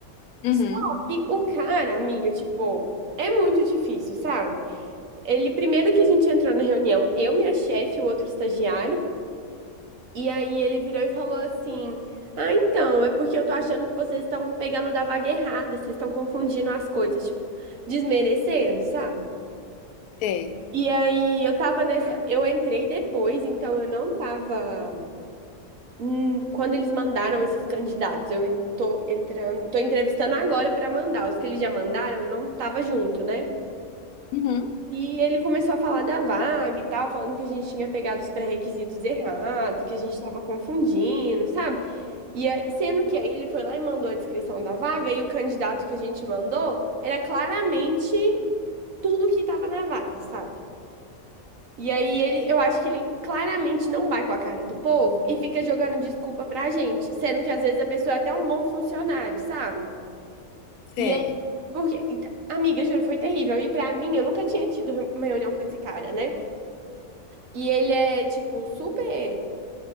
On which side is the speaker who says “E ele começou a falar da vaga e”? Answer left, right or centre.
Right